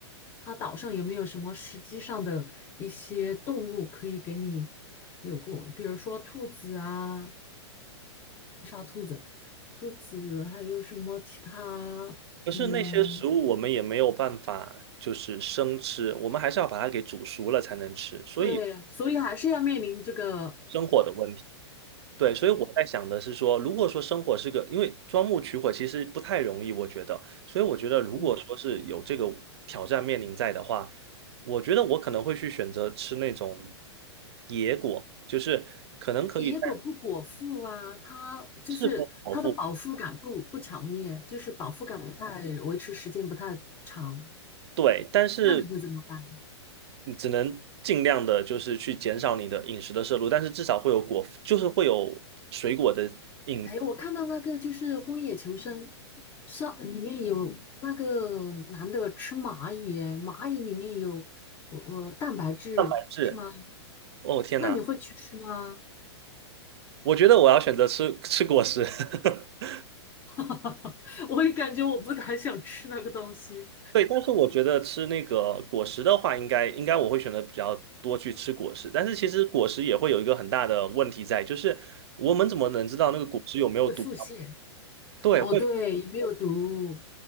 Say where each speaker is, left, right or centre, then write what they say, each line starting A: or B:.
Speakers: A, on the left; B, on the right.
A: 它岛上有没有什么实际上的一些动物可以给你有过，比如说兔子啊。兔子。兔子，还有什么其他？
B: 可是那些食物我们也没有办法，
A: 嗯，
B: 就是生吃，我们还是要把它给煮熟了才能吃，所以
A: 对，所以还是要面临这个，
B: 生火的问题。对，所以我在想的是说，
A: 对，
B: 如果说生火是个，因为钻木取火其实不太容易，我觉得，所以我觉得如果说是有这个挑战面临在的话，
A: 嗯，
B: 我觉得我可能会去选择吃那种野果，就是可能可以在
A: 野果不果腹啊，它就是它的饱腹感不不强烈，
B: 适合保护，
A: 就是饱腹感不太维持时间不太长，
B: 对，但是
A: 那你会怎么办？
B: 你只能尽量的，就是去减少你的饮食的摄入，但是至少会有果，就是会有水果的饮
A: 哎，我看到那个就是《荒野求生》上里面有那个男的吃蚂蚁，蚂蚁里面有我我蛋白质是吗？
B: 蛋白质。哦，天哪，
A: 那你会去吃吗？
B: 我觉得我要选择吃吃果实。<laughs>
A: <laughs> 我也感觉我不太想吃那个东西，
B: 对，但是我觉得吃那个果实的话，应该应该我会选择比较多去吃果实。但是其实果实也会有一个很大的问题在，就是我们怎么能知道那个果实有没有毒？
A: 会腹泻。
B: 对，
A: 哦，
B: 会
A: 对，没有毒，